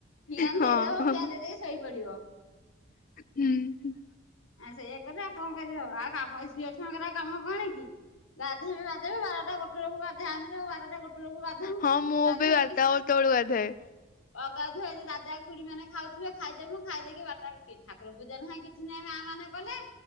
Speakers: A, on the left; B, on the left.
A: ଫିଆନ୍
B: ହଁ
A: ଦେଇଦବ ଫିଆନ୍ ଦେଇଦେଇକି ଶୋଇପଡିବ।
B: ହୁଁ
A: ଆ ସୋଇଆ କରିବା କଁ କରିବ ଆଉ କାମ ଝିଅ ଛୁଆଙ୍କ କାମ କଣ କି ଗାଧୋଇବେ ବାଧେଇବେ ବାରଟା ଗୋଟେ ବେଳକୁ ଗାଧେ ଆମେ ବାରଟା ଗୋଟେ ବେଳକୁ ଗାଧୁ।
B: ହଁ ମୁଁ
A: ଗାଧେଇକି
B: ବି ବାରଟା ଗୋଟେ ବେଳୁ ଗାଧାଏ
A: ଅଗାଧୁଆ ଦାଦା ଖୁଡି ମାନେ ଖାଉଥେ ଖାଇଦେମୁ, ଖାଇ ଦେଇକି ବାଟ ଠାକୁର ପୁଜା ନାହିଁ କିଛି ନାହିଁ ମାଆ ମାନେ କଲେ।